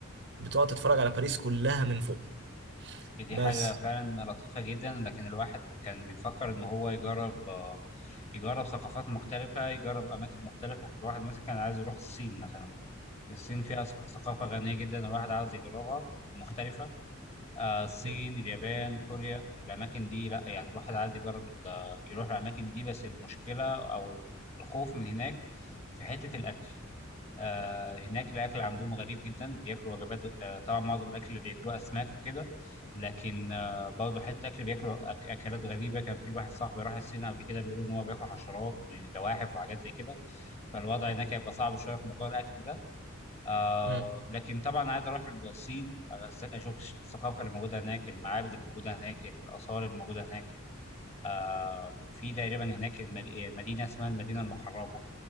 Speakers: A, on the right (about 60°); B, on the left (about 30°).
A: بتقعد تتفرج على باريس كلها من فوق
B: دي
A: بس
B: حاجة فعلا لطيفة جدا لكن الواحد كان بيفكر إن هو يجرب آه، يجرب ثقافات مختلفة يجرب أماكن مختلفة الواحد مثلا كان عايز يروح الصين مثلا الصين فيها ثق- ثقافة غنية جدا الواحد عاوز يجربها ومختلفة آه، الصين
A: اه
B: اليابان كوريا الأماكن دي لأ يعني الواحد عايز يجرب ال- يروح الأماكن دي بس المشكلة أو الخوف من هناك في حتة الأكل آه هناك الاكل عندهم غريب جدا بياكلوا وجبات آه طبعا معظم الاكل اللي بياكلوه اسماك وكده لكن آه برضه حتى اكل بياكلوا أك اكلات غريبه كان في واحد صاحبي راح الصين قبل كده بيقولوا ان هو بياكل حشرات وزواحف وحاجات زي كده فالوضع هناك هيبقى صعب شويه في موضوع الاكل ده آه
A: امم
B: لكن طبعا عايز اروح الصين آه، أس- اشوف الثقافه اللي موجوده هناك المعابد اللي موجوده هناك الاثار اللي موجوده هناك آه في تقريبا هناك المدي- مدينه اسمها المدينه المحرمه